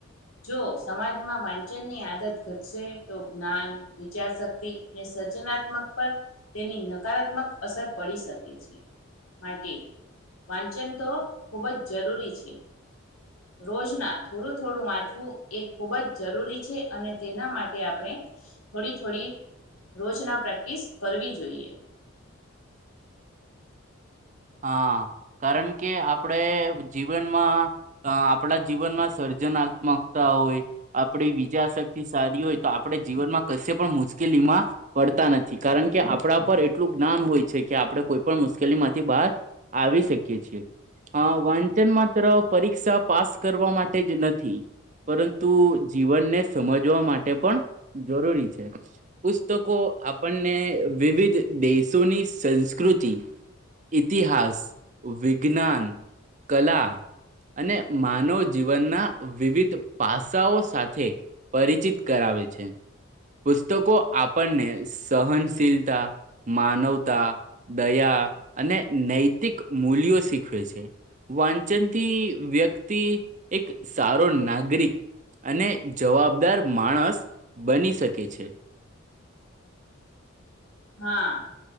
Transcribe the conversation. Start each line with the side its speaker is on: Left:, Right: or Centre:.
Left: જો સમાજમાં વા ચન ની આદત ઘટશે તો જ્ઞાન, વિચાર શક્તિ અને સર્જનાત્મક પર તેની નકારાત્મક અસર પડી શકે છે. માટે વાંચન તો ખૂબ જ જરૂરી છે, રોજના થોડું થોડું વાંચવું એ ખૂબ જ જરૂરી છે અને તેના માટે આપણે થોડી થોડી રોજના પ્રેક્ટિસ કરવી જોઈએ.
Right: હા, કારણ કે આપણે જીવનમાં આપણા જીવનમાં સર્જનાત્મકતા હોય આપડી બીજાશક્તિ સારી હોય તો આપણે જીવનમાં કશે પણ મુશ્કેલીમાં પડતા નથી. કારણ કે આપણા પર એટલું જ્ઞાન હોય છે કે આપણે કોઈ પણ મુશ્કેલી માંથી બહાર આવી શકીએ છીએ. અ વાંચન માત્ર પરીક્ષા પાસ કરવા માટે જ નથી પરંતુ જીવનને સમજવા માટે પણ જરૂરી છે. પુસ્તકો આપણને વિવિધ દેશોની સંસ્કૃતિ ઇતિહાસ, વિજ્ઞાન કલા અને માનવ જીવનના વિવિધ પાસાઓ સાથે પરિચિત કરાવે છે. પુસ્તકો આપણને સહનશીલતા, માનવતા, દયા અને નૈતિક મૂલ્યો શીખવે છે. વાંચનથી વ્યક્તિ એક સારો નાગરિક અને જવાબદાર માણસ બની શકે છે.
Left: હા,